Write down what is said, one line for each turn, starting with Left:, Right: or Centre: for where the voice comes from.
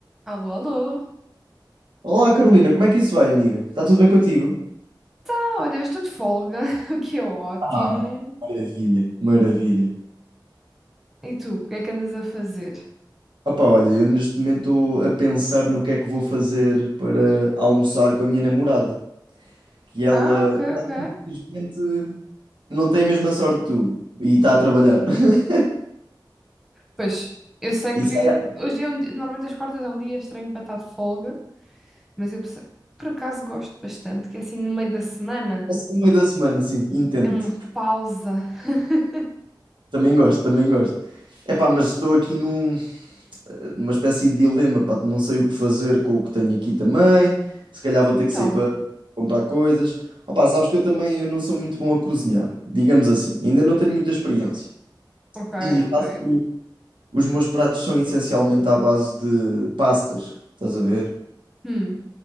Centre: Alô, alô.
Right: Olá, Carolina, como é que isso vai, amiga? Está tudo bem contigo?
Centre: Tá, olha, eu estou de folga, <laughs> o que é ótimo.
Right: Ah, maravilha. Maravilha.
Centre: E tu, o que é que andas a fazer?
Right: Opá, olha, eu neste momento estou a pensar no que é que vou fazer para almoçar com a minha namorada, que ela,
Centre: Ah, ok, ok.
Right: infelizmente, não tem a mesma sorte que tu e está a trabalhar. <laughs>
Centre: Pois, eu sei
Right: E
Centre: que
Right: sai
Centre: hoje é um di- normalmente as quartas é um dia estranho para estar de folga, mas eu por por acaso gosto bastante, que é assim no meio da semana,
Right: assim no meio da semana, sim, entendo.
Centre: é uma pausa. <laughs>
Right: Também gosto, também gosto. Epá, mas estou aqui num eh, numa espécie de dilema, pá, não sei o que fazer com o que tenho aqui também, se calhar vou ter
Centre: Então,
Right: que sair para comprar coisas. Opa, sabes que eu também eu não sou muito bom a cozinhar, digamos assim, ainda não tenho muita experiência.
Centre: ok,
Right: E
Centre: ok.
Right: faço- os meus pratos são essencialmente à base de pastas, estás a ver?
Centre: Hum,